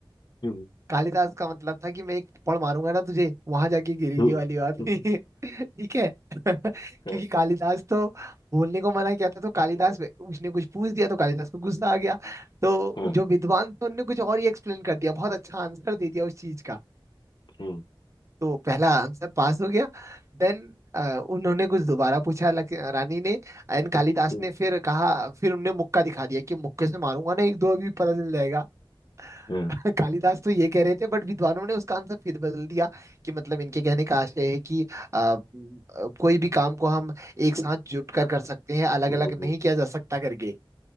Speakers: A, on the left; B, on the right.
A: हम्म
B: कालिदास का मतलब था कि मैं एक थप्पड़ मारूंगा ना तुझे वहां जाके गिरेगी
A: हम्म
B: वाली बात नहीं
A: हम्म,
B: है। <laughs> ठीक है <laughs> क्योंकि
A: हाँ,
B: कालिदास तो बोलने को मना किया था तो कालिदास
A: हम्म,
B: उसने कुछ पूछ दिया तो कालिदास को गुस्सा आ गया तो
A: हाँ,
B: जो विद्वान थे उनने कुछ और ही एक्सप्लेन कर दिया बहुत अच्छा आंसर दे दिया उस चीज का
A: हम्म,
B: तो पहला आंसर पास हो गया देन उन्होंने कुछ दोबारा पूछा लक- रानी ने एंड कालिदास
A: हम्म,
B: ने फिर कहा फिर उनने मुक्का दिखा दिया कि मुक्के से मारूंगा ना एक दो अभी पता चल जाएगा
A: हाँ,
B: <laughs> कालिदास तो ये कह रहे थे बट विद्वानों ने उसका आंसर फिर बदल दिया कि मतलब इनके कहने का आशय है कि आ, म, आ, कोई भी काम को हम एक साथ जुट कर कर सकते हैं अलग
A: हम्म,
B: अलग
A: हम्म,
B: नहीं किया जा सकता करके